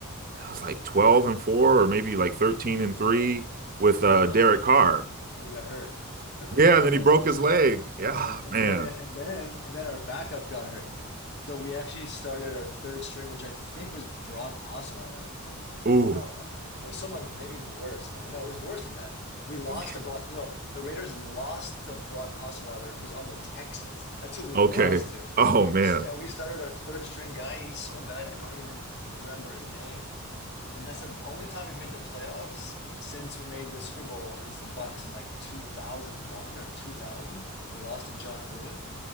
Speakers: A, on the right; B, on the left.
A: it was like 12 and 4 or maybe like 13 and 3
B: Yeah.
A: with
B: And
A: uh
B: we lost,
A: Derek Carr.
B: we lost. And then he got hurt right
A: Yeah,
B: before the
A: then
B: playoffs.
A: he broke his leg. Yeah,
B: Yeah. And
A: man.
B: then, and then, and then our backup got hurt. So we actually started our third string, which I think was Brock Osweiler. I think.
A: Ooh.
B: No, it was someone maybe even worse, man. No, it was worse than that. We lost
A: Yeah.
B: to Brock. No, the Raiders lost to Brock Osweiler, who's on the Texans. That's who we
A: Okay.
B: lost to.
A: Oh man.
B: And we, st- and we started our third string guy. He's so bad. I don't even remember his name. And that's the only time we've made the playoffs since we made the Super Bowl against the Bucks in like 2001 or 2000. We lost to John Gruden.